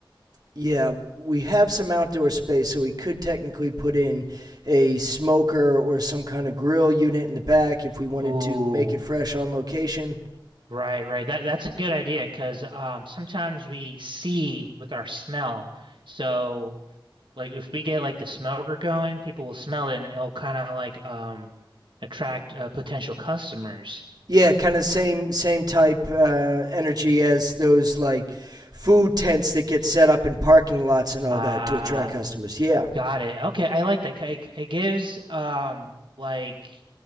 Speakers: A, on the right; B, on the right.
A: yeah, we have some outdoor space, so we could technically put in a smoker or some kind of grill unit in the back if we wanted
B: Ooh.
A: to make it fresh on location.
B: Right, right. That that's a good idea because um, sometimes we see with our smell. So, like, if we get like the smoker going, people will smell it, and it'll kind of like um, attract uh, potential customers.
A: Yeah, kind of same same type uh, energy as those like food tents that get set up in parking lots and all
B: Ah,
A: that to attract customers. Yeah.
B: got it. Okay, I like that. It, it gives um, like